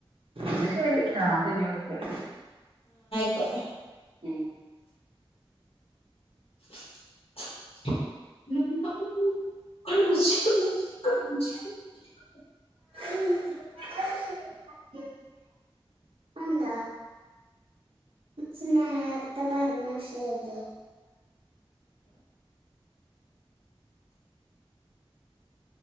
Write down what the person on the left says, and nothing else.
ക്കോട്ടേ
<inaudible> ന്തിപ്പിത് <unintelligible>